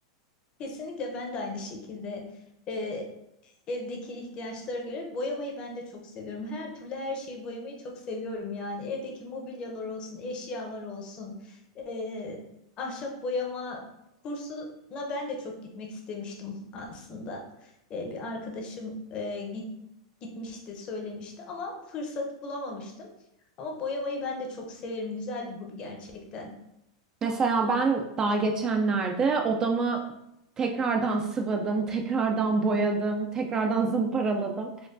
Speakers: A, on the left (about 35°); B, on the right (about 25°).
A: Kesinlikle ben de aynı şekilde. e, evdeki ihtiyaçlara göre boyamayı ben de çok seviyorum. Her türlü her şeyi boyamayı çok seviyorum yani. Evdeki mobilyalar olsun, eşyalar olsun, eee, ahşap boyama kursuna ben de çok gitmek istemiştim aslında. Eee, bir arkadaşım eee, git, gitmişti, söylemişti ama fırsat bulamamıştım. Ama boyamayı ben de çok severim. Güzel bir hobi gerçekten.
B: Mesela ben daha geçenlerde odamı tekrardan sıvadım, tekrardan boyadım, tekrardan zımparaladım.